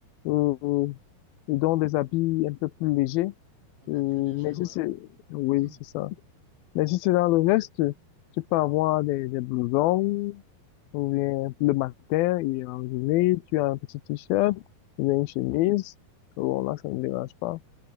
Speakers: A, on the left; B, on the right.
A: euh, et donc des habits un peu plus légers.
B: Un peu
A: Euh,
B: plus léger,
A: mais
B: ouais.
A: si c'est, oui,
B: <clears throat>
A: c'est ça. Mais si c'est dans le reste, tu peux avoir des, des blousons, ou bien le matin et en journée, tu as un petit t-shirt, ou bien une chemise. Bon, là, ça ne me dérange pas.